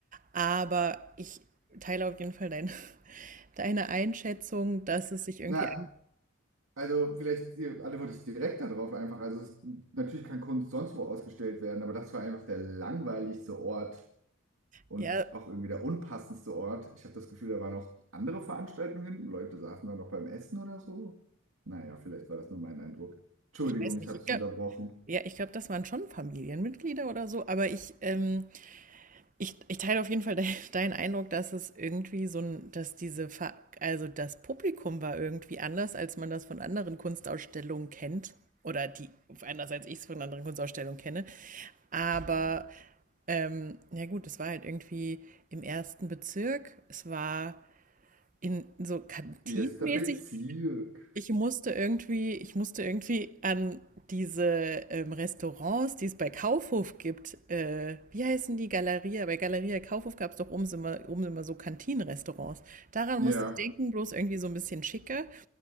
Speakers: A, on the right; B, on the right.
A: Aber ich teile auf jeden Fall dein, <laughs> deine Einschätzung, dass es sich irgendwie
B: Na,
A: an.
B: also vielleicht hier antworte ich direkt darauf einfach. Also es, natürlich kann Kunst sonst wo ausgestellt werden, aber das war einfach der langweiligste Ort. und
A: Ja,
B: auch irgendwie der unpassendste Ort. Ich habe das Gefühl, da waren noch andere Veranstaltungen hinten. Leute saßen da noch beim Essen oder so. Naja, vielleicht war das nur mein Eindruck. Entschuldigung,
A: ich weiß
B: ich
A: nicht.
B: habe
A: Ich
B: dich
A: glaube,
B: unterbrochen.
A: ja, ich glaube, das waren schon Familienmitglieder oder so. Aber ich ähm, Ich, ich teile auf jeden Fall de <laughs> deinen Eindruck, dass es irgendwie so ein, dass diese, Ver also das Publikum war irgendwie anders, als man das von anderen Kunstausstellungen kennt. Oder die, anders als ich es von anderen Kunstausstellungen kenne. Aber, ähm, ja gut, es war halt irgendwie im ersten Bezirk. Es war in so kantinenmäßig.
B: Erster Bezirk.
A: Ich musste irgendwie, ich musste irgendwie an diese ähm, Restaurants, die es bei Kaufhof gibt, äh, wie heißen die Galeria? Bei Galeria Kaufhof gab es doch oben immer, oben immer so Kantinenrestaurants. Daran
B: Ja.
A: musste ich denken, bloß irgendwie so ein bisschen schicker.